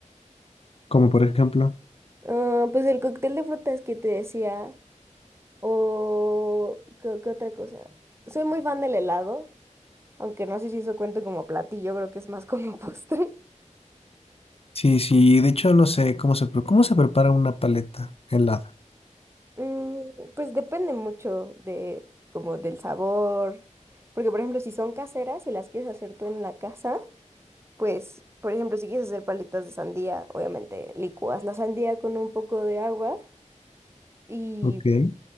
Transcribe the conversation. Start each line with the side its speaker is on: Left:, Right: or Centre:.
Left: como por ejemplo.
Right: Ah, pues el cóctel de frutas que te decía, o ¿qué, qué otra cosa? Soy muy fan del helado, Aunque no sé si eso cuenta como platillo, creo que es más como <laughs> postre.
Left: Sí, sí, de hecho no sé cómo se, pre- cómo se prepara una paleta helada.
Right: Mm, pues depende mucho de como del sabor. Porque, por ejemplo, si son caseras y las quieres hacer tú en la casa, pues, por ejemplo, si quieres hacer palitas de sandía, obviamente licúas la sandía con un poco de agua y
Left: Ok,